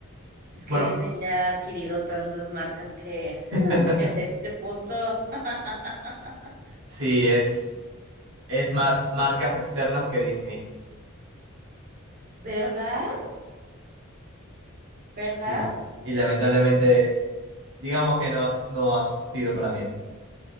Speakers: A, on the right; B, on the right.
A: Es
B: Bueno,
A: que Disney ya ha adquirido tantas marcas que
B: <laughs>
A: <laughs> en este punto, <laughs>
B: sí, es, es más marcas externas que Disney.
A: ¿verdad? ¿Verdad?
B: Sí, y lamentablemente digamos que no, has- no ha sido para bien.